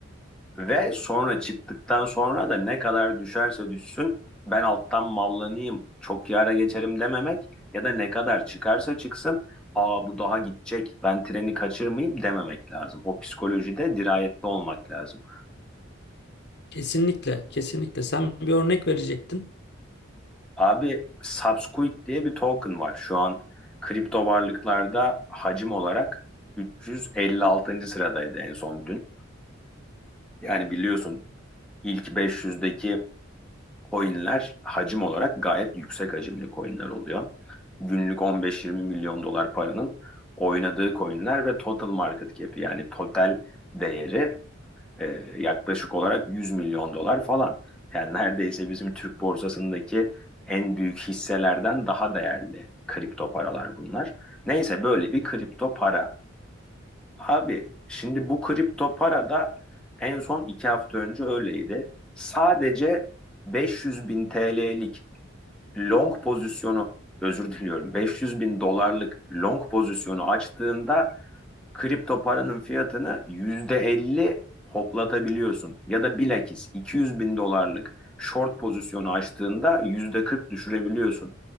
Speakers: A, in the centre; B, on the left.
A: Ve sonra çıktıktan sonra da ne kadar düşerse düşsün ben alttan mallanayım çok yara geçerim dememek ya da ne kadar çıkarsa çıksın aa bu daha gidecek ben treni kaçırmayayım dememek lazım. O psikolojide dirayetli olmak lazım.
B: Kesinlikle, kesinlikle. Sen bir örnek verecektin.
A: Abi Subsquid diye bir token var. Şu an kripto varlıklarda hacim olarak 356. sıradaydı en son dün. Yani biliyorsun ilk 500'deki coinler hacim olarak gayet yüksek hacimli coinler oluyor. Günlük 15-20 milyon dolar paranın oynadığı coinler ve total market cap'i yani total değeri ee, yaklaşık olarak 100 milyon dolar falan. Yani neredeyse bizim Türk borsasındaki en büyük hisselerden daha değerli kripto paralar bunlar. Neyse böyle bir kripto para. Abi şimdi bu kripto para da en son iki hafta önce öyleydi. Sadece 500 bin TL'lik long pozisyonu özür diliyorum 500 bin dolarlık long pozisyonu açtığında kripto paranın fiyatını %50 hoplatabiliyorsun. Ya da bilakis 200 bin dolarlık short pozisyonu açtığında %40 düşürebiliyorsun.